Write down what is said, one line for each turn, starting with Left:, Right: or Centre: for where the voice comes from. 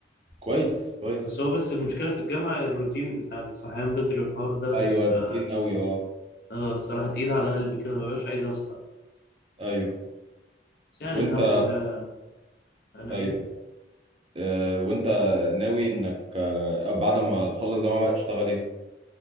Right: كويس كويس
Left: بس هو بس المشكلة في الجامعة الروتين بتاع الصحيان بدري والحوار ده
Right: ايوه
Left: بيبقى
Right: روتين قوي اه
Left: اه الصراحة تقيلة على قلبي كده مبقاش عايز أصحى
Right: ايوه
Left: بس يعني
Right: وانت
Left: الحمد لله أنا
Right: ايوه
Left: إيه
Right: آه وانت ناوي انك آه بعد ما تخلص جامعه بقى تشتغل ايه